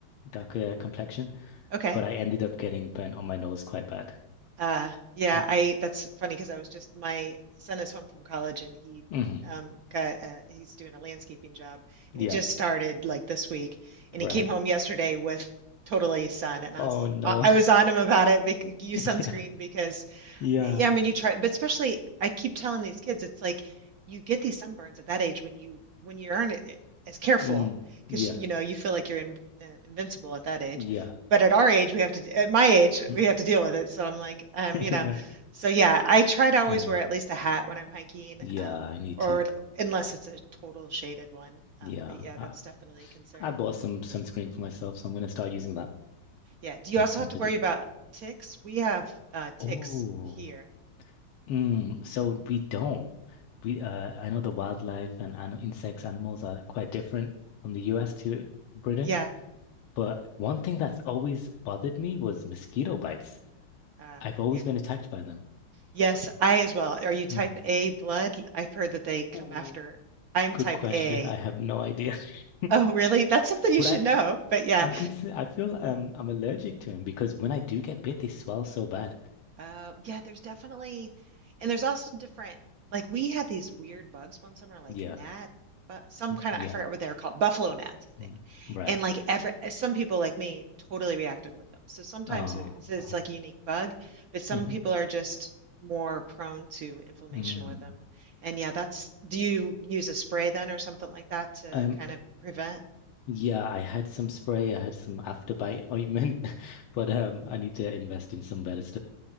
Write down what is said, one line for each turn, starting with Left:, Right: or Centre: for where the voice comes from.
Left: darker complexion,
Right: Okay.
Left: but I ended up getting burnt on my nose quite bad.
Right: Uh, yeah,
Left: Mm.
Right: I that's funny because I was just my son is home from college and he
Left: Mm-hmm.
Right: um got uh, he's doing a landscaping job
Left: Yeah,
Right: and he just started like this week and
Left: right.
Right: he came home yesterday with totally sun and I
Left: Oh
Right: was
Left: no.
Right: I I was on him about it bec use
Left: <laughs>
Right: sunscreen
Left: Yeah.
Right: because
Left: Yeah.
Right: yeah, I mean, you try, but especially I keep telling these kids, it's like you get these sunburns at that age when you when you aren't as careful
Left: Mm,
Right: because
Left: yeah.
Right: you know you feel like you're in, uh, invincible at that age.
Left: Yeah.
Right: But at our age, we have to, at my age,
Left: <laughs>
Right: we have to deal with it. So I'm like, um, you know,
Left: Yeah.
Right: so yeah, I try to always
Left: Mm.
Right: wear at least a hat when I'm hiking,
Left: Yeah,
Right: um,
Left: I need
Right: or
Left: to.
Right: unless it's a total shaded one.
Left: Yeah.
Right: Um, but yeah,
Left: I,
Right: that's definitely a concern.
Left: I bought some sunscreen for myself, so I'm gonna start using that.
Right: Yeah. Do you
Left: Best
Right: also
Left: thing
Right: have to
Left: to
Right: worry
Left: do.
Right: about ticks? We have uh, ticks
Left: Oh,
Right: here.
Left: mm, so we don't. We uh, I know the wildlife and ano insects, animals are quite different from the US to Britain.
Right: Yeah.
Left: But one thing that's always bothered me was mosquito bites.
Right: Uh,
Left: I've always
Right: yeah.
Left: been attacked by them.
Right: Yes, I as well. Are you type
Left: Mm.
Right: A blood? I've heard that they come
Left: Oh,
Right: after. I'm type
Left: good question.
Right: A.
Left: I have no idea. <laughs>
Right: Oh, really? That's something you
Left: But
Right: should
Left: I,
Right: know. But yeah.
Left: I'm concerned. I feel um, I'm allergic to them because when I do get bit, they swell so bad.
Right: Uh, yeah, there's definitely, and there's also different. Like we had these weird bugs one summer, like
Left: Yeah,
Right: gnat, but some
Left: Mm,
Right: kind
Left: yeah,
Right: of I forgot what they were called, buffalo gnats, I
Left: Mm,
Right: think.
Left: right.
Right: And like every uh, some people like me totally reacted with them. So sometimes
Left: Uh,
Right: it's, it's
Left: uh-huh.
Right: like a unique bug, but some
Left: hmm
Right: people are just more prone to inflammation
Left: Mm.
Right: with them. And yeah, that's do you use a spray then or something like that to
Left: Um,
Right: kind of prevent?
Left: yeah, I had some spray, I had some afterbite ointment, <laughs> but um, I need to invest in some better stuff.